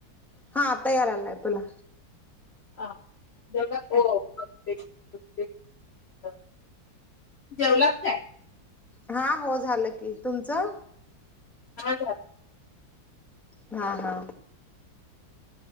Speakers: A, in the centre; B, on the left.
A: हा आता यायला लागलाय बोला.
B: <unintelligible> जेवलात काय?
A: हा. हो झालं की. तुमचं?
B: झाल.
A: हा हा.